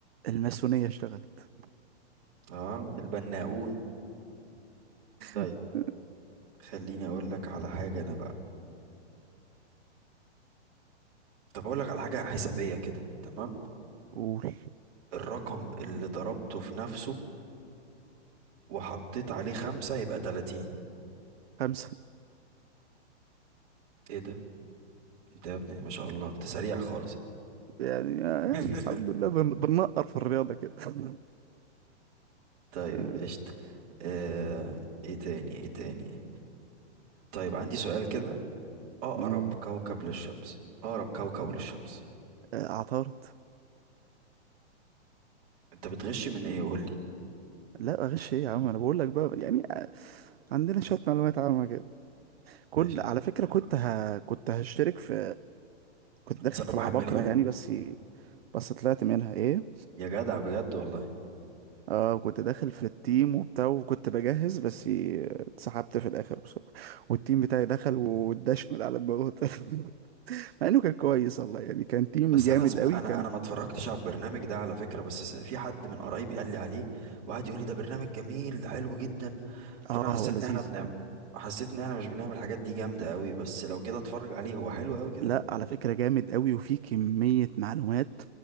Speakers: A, on the right; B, on the right.
A: الماسونية اشتغلت
B: اه البناؤون طيب
A: <laughs>
B: خليني اقول لك على حاجة انا بقى طب اقول لك على حاجة حسابية كده تمام
A: قول
B: الرقم اللي ضربته في نفسه وحطيت عليه خمسة يبقى 30
A: خمسة
B: ايه ده انت يا ابني ما شاء الله انت سريع خالص
A: يعني, يعني
B: <laughs>
A: الحمد لله بن... بننقر في الرياضة كده <laughs>
B: طيب
A: آه،
B: قشطة آه، ايه تاني ايه تاني طيب عندي سؤال كده اقرب
A: أمم.
B: كوكب للشمس اقرب كوكب للشمس
A: آه، اعترض
B: انت بتغش من ايه قول لي
A: لا اغش ايه يا عم انا بقول لك بقى يعني آه، عندنا شوية معلومات عامة كده كنت
B: ماشي
A: على
B: يا عم
A: فكرة
B: والله
A: كنت
B: انا
A: ه... كنت هشترك في كنت داخل
B: انسان
A: في
B: 4
A: العباقرة
B: مليون
A: يعني بس بس طلعت منها ايه
B: يا جدع بجد والله
A: اه كنت داخل في التيم وبتاع وكنت بجهز بس اتسحبت في الاخر بصراحة والتيم بتاعي دخل واتدشمل على دماغه <laughs> مع انه كان كويس والله يعني كان تيم
B: بس
A: جامد
B: انا اسم...
A: قوي
B: انا
A: كان
B: انا ما اتفرجتش على البرنامج ده على فكرة بس س- في حد من قرايبي قال لي عليه وقعد يقول لي ده برنامج جميل ده حلو جدا
A: اه
B: فانا حسيت
A: هو لذيذ
B: ان احنا بنعمل حسيت ان احنا مش بنعمل الحاجات دي جامدة قوي بس لو كده اتفرج عليه هو حلو قوي كده
A: لا على فكرة جامد قوي وفي كمية معلومات